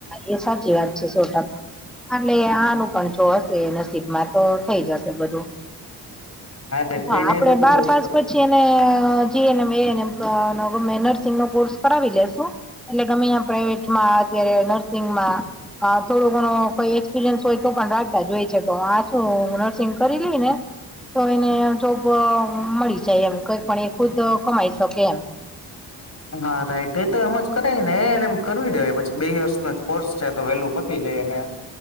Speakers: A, in the centre; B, on the left (about 40°).
A: એ સાચી વાત છે. અને નાનું પણ હશે નસીબમાં તો થઈ જશે બધું
B: તે
A: હા
B: થઈ જાય
A: આપડે
B: તો
A: બાર
B: બઉ
A: પાસ
B: સારું
A: પછી એને જમ એમ નર્સિંગ નો કોર્સ કરાવી લેશુ એટલે ગમે પ્રાઈવેટમાં અત્યારે નર્સિંગમાં થોડો ઘણો કોઈ એક્સપિરિયન્સ હોય તો પણ રાતા જ હોય છે તો આ શું નર્સિંગ કરી લઈ ને તો એને જોબ મળી જાય એમ કંઈક પણ એ ખુદ કમાઈ શકે એમ.
B: હા રાઈટ એ તો એમ જ કરાય ને એ કર દે પછી બે વયર્સ ન કોર્સ છે તો વેલ્યુ પતિ જાય અને